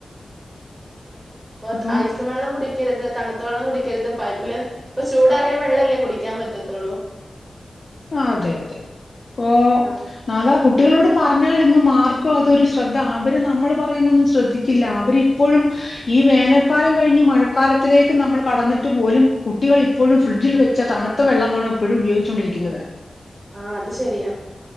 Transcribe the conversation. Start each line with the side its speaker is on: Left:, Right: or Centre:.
Right: പ്പോ
Left: അപ്പം
Right: ഐസ് വെള്ളം കുടിക്കരുത് താണു ത്ത വെള്ളം കുടിക്കരുത് പൈപ്പിലെ ഇപ്പ ചൂടാറിയ വെള്ളല്ലേ കുടിക്കാൻ പറ്റത്തൊള്ളൂ.
Left: ആ അതെ അതെ ഇപ്പൊ
Right: ആ
Left: <unintelligible> കുട്ടികളോട് പറഞ്ഞാലൊന്നും ആർക്കും അതൊരു ശ്രെദ്ധ അവര് നമ്മള് പറയുന്നതൊന്നും ശ്രദ്ധിക്കില്ല അവര് ഇപ്പോഴും ഈ വേനൽക്കാലം കഴിഞ്ഞ് മഴക്കാലത്തിലേക്ക് നമ്മൾ കടന്നിട്ടുപോലും കുട്ടികൾ ഇപ്പഴും ഫ്രിഡ്ജിൽ വെച്ച തണുത്ത വെള്ളമാണ് ഇപ്പഴും ഉപയോഗിച്ചോണ്ടിരി ക്ക്ന്നത്
Right: ആ അത് ശരിയാ